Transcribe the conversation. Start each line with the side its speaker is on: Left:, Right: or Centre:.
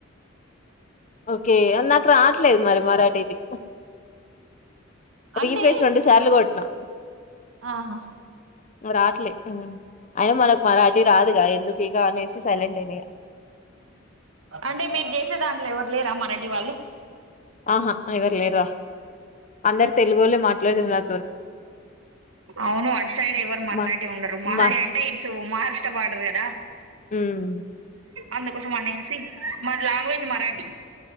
Left: ఓకే నాకు రావట్లేదు మరి మరాఠీది
Right: అంటే
Left: రీఫ్రెష్ రెండు సార్లు కొట్టినా
Right: ఆహా
Left: రాట్లే అయిన మనకు మరాఠీ రాదుగా ఎందుకు ఇక అనేసి సైలెంట్ అయినా ఇగ
Right: అంటే మీరు చేసే దాంట్లో ఎవరు లె రమండి వాళ్ళు
Left: ఆహా ఎవరు లేరు రా అందరు తెలుగోలే మాట్లాడిన్నారు
Right: అవును అట్ సైడ్ ఎవరు మరాఠీ
Left: మా
Right: ఉండరు మహద
Left: మా
Right: అంటే ఇట్స్ మహారాష్ట్ర భా పడర్ కదా
Left: ఉమ్
Right: అందుకోసం అనేసి మాది లాంగ్వేజ్ మరాఠీ